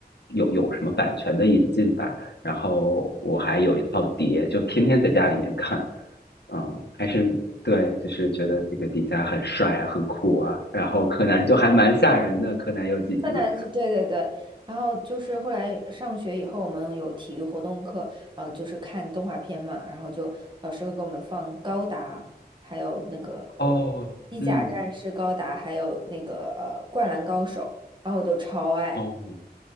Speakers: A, on the left (about 80°); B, on the right (about 25°).
A: 有有什么版权的引进吧。然后我还有一套碟，就天天在家里面看。嗯，还是对，就是觉得这个迪迦很帅啊，很酷啊。然后柯南就还蛮吓人的，柯南有几集。
B: 柯南是对对对，然后就是后来上学以后，我们有体育活动课，然后就是看动画片嘛，然后就老师会给我们放高达，还有那个
A: 哦，
B: 机甲战士高达，
A: 嗯，
B: 还有那个呃灌篮高手，然后我都超爱。
A: 哦，